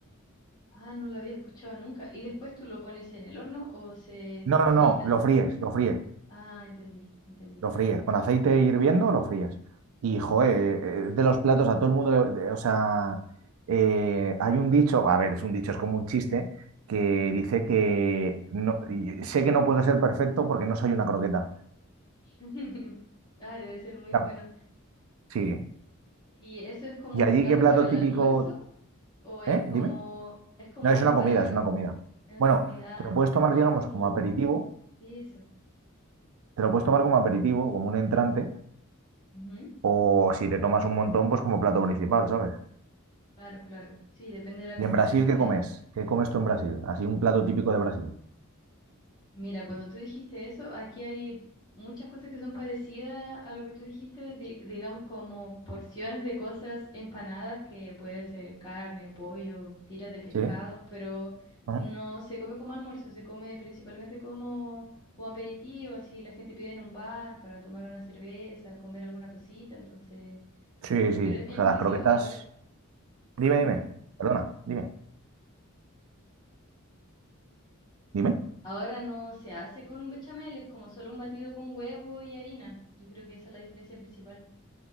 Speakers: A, on the left; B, on the right.
A: Ah, no lo había escuchado nunca. ¿Y después tú lo pones en el horno o se
B: No, no,
A: frita?
B: no, lo fríes, lo fríes,
A: Ah, entendí, entendí.
B: lo fríes. Con aceite hirviendo, lo fríes. Y,
A: Sí.
B: joder, eh, de los platos a todo el mundo, le- de- o sea, eh, hay un dicho, a ver, es un dicho, es como un chiste, que dice que no- y sé que no puedo ser perfecto porque no soy una croqueta.
A: <laughs> Ah, debe ser muy
B: O sea,
A: bueno.
B: sí.
A: ¿Y eso es como
B: ¿Y
A: un
B: allí
A: plato
B: qué plato
A: para el
B: típico?
A: almuerzo? o es
B: ¿Eh?
A: como,
B: Dime.
A: es como
B: No, es
A: algo
B: una comida,
A: para,
B: es una comida.
A: es una
B: Bueno,
A: comida,
B: te lo puedes tomar,
A: no
B: digamos,
A: es como
B: como aperitivo,
A: eso.
B: te lo puedes
A: Ujú,
B: tomar como aperitivo, como un entrante,
A: ujú.
B: o si te tomas un montón, pues como plato principal, ¿sabes?
A: Claro, claro. Sí, depende de la cantidad
B: ¿Y en Brasil
A: también.
B: qué comes? ¿Qué comes tú en Brasil? Así un plato típico de Brasil.
A: Mira, cuando tú dijiste eso, aquí hay muchas cosas que son parecidas a lo que tú dijiste, di- digamos como porciones de cosas empanadas, que puede ser carne, pollo, tiras de pescado,
B: ¿Sí?
A: pero
B: Ajá.
A: no se come como almuerzo, se come principalmente como, como aperitivo, así la gente pide en un bar para tomar una cerveza, comer alguna cosita, entonces,
B: Sí, sí.
A: pero es bien
B: O sea,
A: parecido.
B: las croquetas.
A: Ahora,
B: Dime,
A: ujú.
B: dime. Perdona, dime. Dime.
A: Ahora no se hace con un bechamel, es como solo un batido con huevo y harina. Yo creo que esa es la diferencia principal.